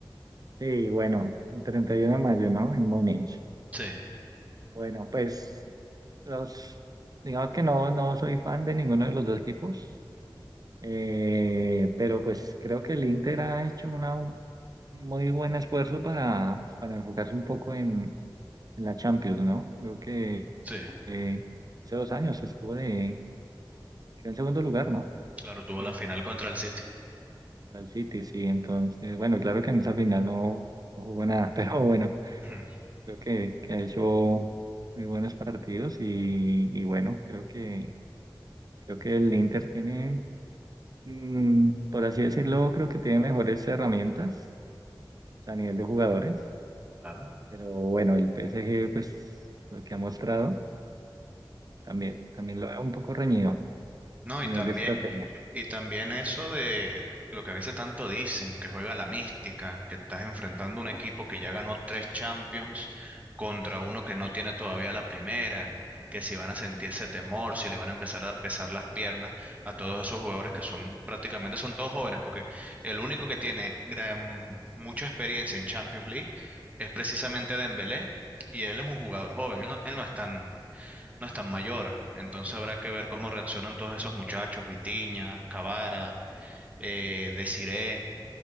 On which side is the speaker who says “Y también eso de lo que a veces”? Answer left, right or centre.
Right